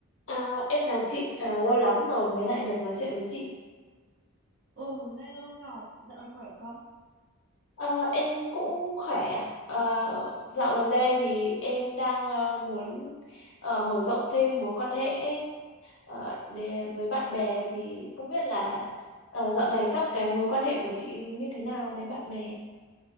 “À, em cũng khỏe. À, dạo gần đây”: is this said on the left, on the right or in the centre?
Left